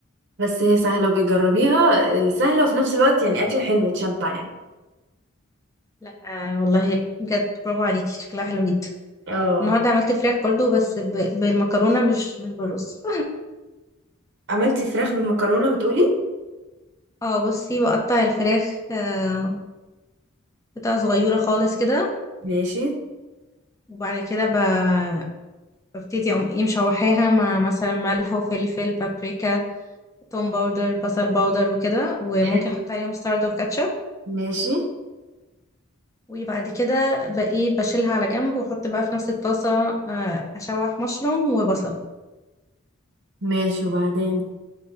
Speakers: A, on the right; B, on the left.
A: بس هي سهله وبيجربيها آه، سهله وفي نفس الوقت يعني اكله حلوه تشبع يعني
B: لا آه والله بجد برافو عليكي شكلها حلو جدا
A: اه
B: النهارده عملت فراخ برضو بس ب... بالمكرونه مش مش بالرز
A: عملتي فراخ بالمكرونه بتقولي
B: اه بصي بقطع الفراخ آه، قطع صغيرة خالص كده
A: ماشي
B: وبعد كده ب- ببتدي اقوم ايه مشوحاها مع مثلا ملح وفلفل بابريكا توم باودر بصل باودر وكده وممكن
A: حلو
B: احط عليها مستردة وكاتشب
A: ماشي
B: وبعد كده بقى بشيلها على جنب واحط بقى في نفس الطاسة آه، اشوح مشروم وبصل
A: ماشي وبعدين